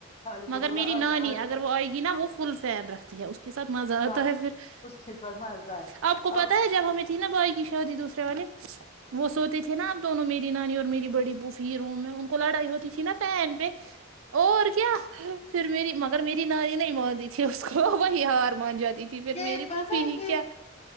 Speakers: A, on the left; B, on the right.
A: خالی
B: مگر
A: کو بولا
B: میری نہ
A: آ جاؤ
B: ہی نہیں
A: آ جاؤ
B: اگر وہ ائے گی نا وہ فل فین رکھتی ہے اس کے ساتھ ماں ذرا
A: واہ
B: تو ہے پھر
A: اس کے ساتھ مزہ ہے
B: اپ کو پتہ
A: اب
B: ہے جب ہمیں تین چری ت والے وہ سوچ تھے نا آ دونوں میری نانی اور میری بڑی پوف روم میں ان کو لڑائی ہوتی تھی نا فین پہ اور کیا پھر میری مگر میری ناری نہیں اس کو وہی ہار مان جاتی تھی پھر
A: یہ
B: میری
A: پتہ
B: پھفھی
A: ہے
B: ہی
A: یہ
B: کیا